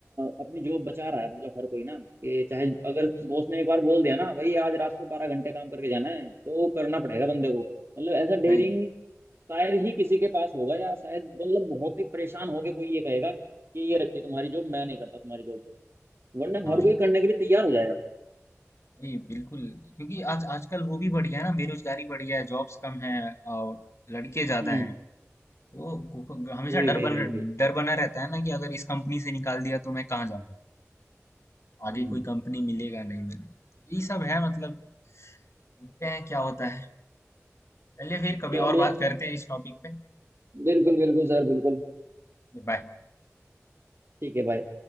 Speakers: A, on the right; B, on the left.
A: अपनी जॉब बचा रहा है मतलब हर कोई ना कि चाहे अगर बॉस ने एक बार बोल दिया ना भाई आज रात को बारह घंटे काम करके जाना है तो करना पड़ेगा बंदे को मतलब ऐसा डेयरिंग
B: नहीं
A: शायद ही किसी के पास होगा या शायद मतलब बहुत ही परेशान होके कोई ये कहेगा कि ये रखिए तुम्हारी जॉब मैं नहीं करता तुम्हारी जॉब वरना
B: हाँ
A: हर कोई करने के लिए तैयार हो जाएगा
B: नहीं बिल्कुल क्योंकि आज आजकल वो भी बढ़ गया है ना बेरोजगारी बढ़ गया है जॉब्स कम है और लड़के ज्यादा
A: हम्म
B: हैं तो को- को- हमेशा
A: वही
B: डर
A: वही
B: बन
A: वही वही
B: डर बना रहता है ना कि अगर इस कंपनी से निकाल दिया तो मैं कहाँ जाऊंगा आगे
A: हम्म
B: कोई कंपनी मिलेगा नहीं मिलेगा तो यही सब है मतलब देखते हैं क्या होता है चलिए फिर कभी
A: चलिए
B: और बात करते हैं इस टॉपिक पे
A: बिल्कुल बिल्कुल सर बिल्कुल
B: बाय
A: ठीक है भाई